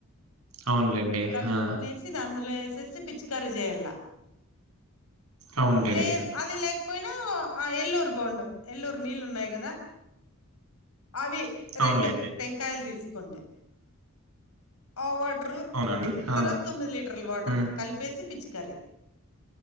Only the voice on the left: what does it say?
కలుపుకునేసి
దండ్ లో వేసేసి పిచ్కా కరి చేయల్ల
లేదు అది లేక్ పోయినా ఆ ఎల్లూరు బొండం ఎల్లూరు నీళ్ళు ఉన్నాయి కదా అవి
రెండు టెంకాయలు తీస్ కొండే ఆ వాట్ ట్రూ
తర్వాత తొమ్మిది లీటర్ల వాటర్
కలిపేసి పిచ్కరీ